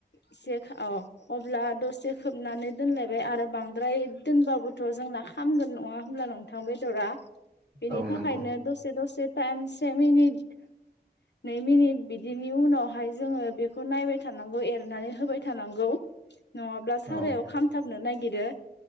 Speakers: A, on the left; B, on the right.
A: इसे अ अब्ला दसे खोबनानै दोनलायबाय आरो बांद्राय दोनबाबोथ' जोंना खामगोन नङा होमब्ला नों गोथां बेदरा बेनि
B: औ
A: थाखायनो
B: नंगौ
A: दसे दसे टाइम से मिनिट
B: <inaudible>
A: नै मिनिट बिदिनि उनावहाय जोङो बेखौ नायबाय थानांगौ एरनानै होबाय थानांगौ।
B: <inaudible>
A: नङाब्ला सारायाव
B: औ
A: खामथाबनो नागिरो।